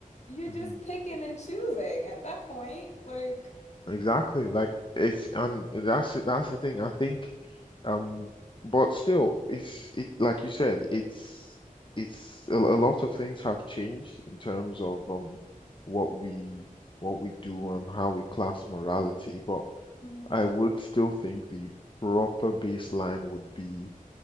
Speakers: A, on the left; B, on the left.
A: You're
B: Mhm.
A: just picking and choosing at that point. Like,
B: Exactly. Like it's and that's that's the thing. I think Um, but still, it's it like you said, it's it's a, a lot of things have changed in terms of um what we what we do and how we class morality. But
A: hmm
B: I would still think the proper baseline would be